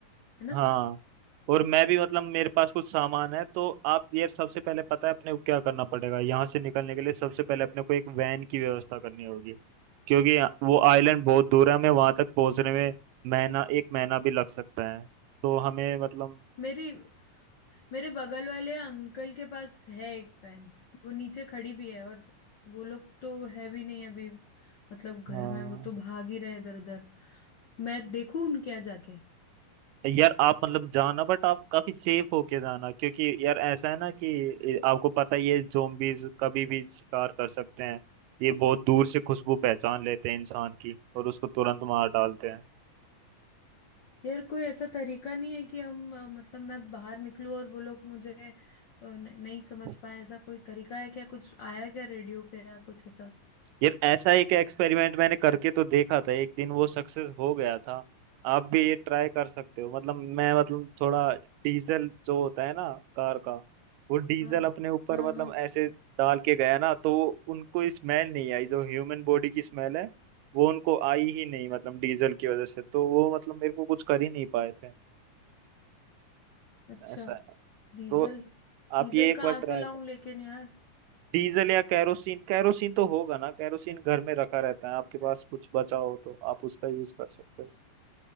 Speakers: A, on the left; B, on the right.
A: है ना
B: हाँ और मैं भी मतलब मेरे पास कुछ सामान है तो आप ये सबसे पहले पता है अपने को क्या करना पड़ेगा यहाँ से निकलने के लिए सबसे पहले अपने को एक वैन की व्यवस्था करनी होगी क्योंकि वो आइलैंड बहुत दूर है हमें वहां तक पहुंचने में महीना एक महीना भी लग सकता है तो हमें मतलब
A: मेरी मेरे बगल वाले अंकल के पास है एक वैन वो नीचे खड़ी भी है और वो लोग तो है भी नहीं अभी मतलब घर
B: हाँ
A: में वो तो भाग ही रहे इधर उधर मैं देखूं उनके यहाँ जाके
B: यार आप मतलब जाना बट आप काफी सेफ होके जाना क्योंकि यार ऐसा है ना कि आपको पता है ये जोम्बीज कभी भी शिकार कर सकते हैं ये बहुत दूर से खुशबू पहचान लेते हैं इंसान की और उसको तुरंत मार डालते
A: यार कोई ऐसा तरीका नहीं है कि हम अ, मतलब मैं बाहर निकलूं और वो लोग मुझे अ, न- नहीं समझ
B: हैं
A: पाए ऐसा कोई तरीका है क्या कुछ आया क्या रेडियो पे या कुछ ऐसा
B: यार ऐसा एक एक्सपेरिमेंट मैंने करके तो देखा था एक दिन वो सक्सेस हो गया था आप भी ये ट्राई कर सकते हो मतलब मैं मतलब थोड़ा डीजल जो होता है ना कार का वो डीजल
A: हाँ
B: अपने ऊपर
A: हाँ
B: मतलब
A: हाँ
B: ऐसे डाल के गया ना तो उनको स्मेल नहीं आई जो ह्यूमन बॉडी की स्मेल है वो उनको आई ही नहीं मतलब डीजल की वजह से तो वो मतलब मेरे को कुछ कर ही नहीं पाए थे
A: अच्छा
B: ऐसा है
A: डीजल
B: तो
A: डीजल
B: आप ये एक
A: कहाँ
B: बार ट्राई
A: से लाऊं लेकिन यार
B: डीजल या कैरोसिन कैरोसिन तो होगा ना कैरोसिन घर में रखा रहता है आपके पास कुछ बचा हो तो आप उसका यूज कर सकते हो